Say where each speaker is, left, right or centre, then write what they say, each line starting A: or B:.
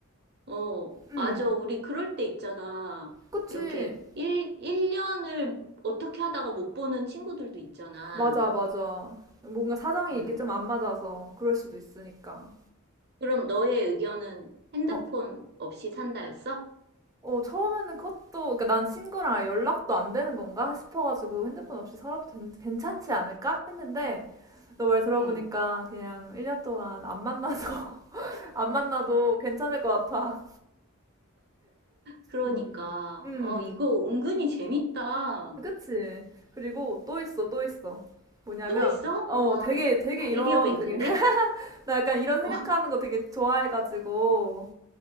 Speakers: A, on the right; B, on the right.
A: 어,
B: 음.
A: 맞아. 우리 그럴 때 있잖아.
B: 그치.
A: 이렇게 1, 일년을 어떻게 하다가 못 보는 친구들도 있잖아.
B: 맞아, 맞아. 뭔가 사정이
A: 응.
B: 이게 좀 안 맞아서 그럴 수도 있으니까.
A: 그럼 너의 의견은 핸드폰
B: 어.
A: 없이 산다였어?
B: 어, 처음에는 그것도, 그니까 난 친구랑 아예 연락도 안 되는 건가 싶어가지고 핸드폰 없이 살아도 된- 괜찮지 않을까? 했는데, 너 말 들어보니까
A: 응.
B: 그냥 1년 동안 안 만나서, <laughs> 안 만나도 괜찮을 것 같아.
A: 그러니까,
B: 음, 음,
A: 어, 이거 은근히 재밌다. 어,
B: 그치. 그리고 또 있어, 또 있어. 뭐냐면,
A: 또 있어?
B: 어,
A: 와,
B: 되게,
A: 너
B: 되게
A: 아이디어
B: 이런,
A: 뱅크인데?
B: 그게, <laughs> 나 약간 이런
A: 어,
B: 생각하는 거 되게 좋아해가지고,